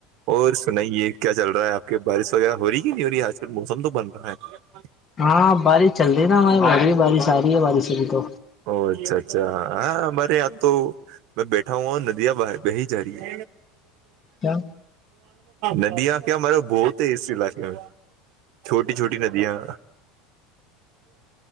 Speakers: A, on the right (about 60°); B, on the left (about 35°).
A: اور سنائیے کیا چل رہا ہے آپ کے بارش وغیرہ ہو رہی ہے کہ نہیں ہو رہی آج کل موسم تو بن رہا ہے
B: ہاں بارش چل رہی نا ہمائی ہو رہی ہے بارش آ رہی ہے بارش ا بھی تو
A: او اچھا اچھا ہاں ہمارے یہاں تو میں بیٹھا ہا ہ ندیاں ب بہی جا رہی ہے
B: کیا
A: ندی آں کیا مرے بہت ہے اس علاقے میں چھوٹی چھوٹی ندیاں